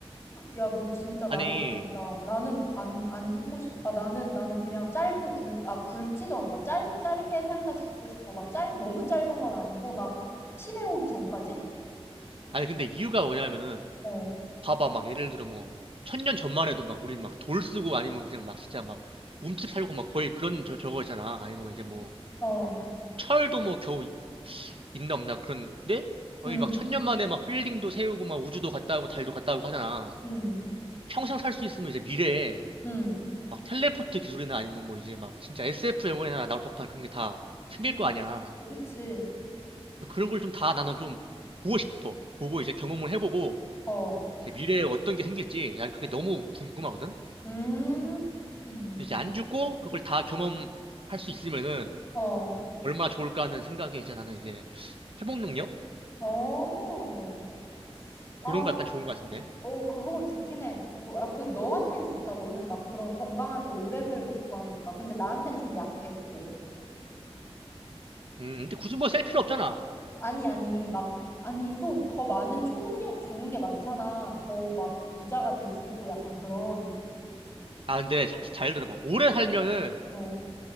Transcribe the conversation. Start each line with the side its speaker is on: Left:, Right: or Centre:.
Left: 야, 너 진짜 나랑
Right: 아니,
Left: 다르다. 나는 안, 안 죽고 싶, 아, 나는, 나는 그냥 짧고 굵, 아, 굵지도 않고, 짧, 짧게 살다 죽고 싶어. 막 짧, 너무 짧은 건 아니고, 막, 치매 오기 전까지?
Right: 아니, 근데 이유가 뭐냐면은
Left: 어.
Right: 봐봐, 막 예를 들어 뭐, 뭐, 천년 전만 해도 막 우리는 막 돌 쓰고 아니면 그냥 막 진짜 막 움집 살고 막 거의 그런 저, 저거 있잖아. 아니면
Left: 예.
Right: 이제 뭐,
Left: 어,
Right: 철도 뭐 겨우 있나 없나 그런데 거의
Left: 음,
Right: 막 천년 만에 막 빌딩도 세우고 막 우주도 갔다 오고 달도 갔다 오고 하잖아.
Left: 음,
Right: 평생 살 수 있으면 이제 미래에
Left: 음.
Right: 막 텔레포트 기술이나 아니면 뭐 이제 막 진짜 SF 영화에나 나올 법한 그런 게 다 생길
Left: 오,
Right: 거 아니야.
Left: 그치.
Right: 그런 걸 좀 다 나는 좀 보고 싶어. 보고 이제 경험을 해보고
Left: 어,
Right: 이제 미래에 어떤 게 생길지 난 그게 너무 궁금하거든.
Left: 음, 음.
Right: 이제 안 죽고 그걸 다 경험할 수 있으면은
Left: 어,
Right: 얼마나 좋을까 하는 생각에 이제 나는 이제 회복 능력
Left: 어. 아,
Right: 그런 거 약간 좋은 거 같은데.
Left: 어, 그거 좋긴 해. 우, 아, 그, 너한텐 좋다. 너는 막 그런 건강하게 오래 살고 싶어 하니까. 근데 나한텐 좀 약해, 그게.
Right: 음, 근데 굳이 뭐 셀 필요 없잖아.
Left: 아니, 아니, 막, 아니, 또 더 많은 초능력 좋은 게 많잖아. 더 막 부자가 될 수 있고 약간 그런,
Right: 아, 근데 자- 잘 들어봐. 오래 살면은
Left: 어,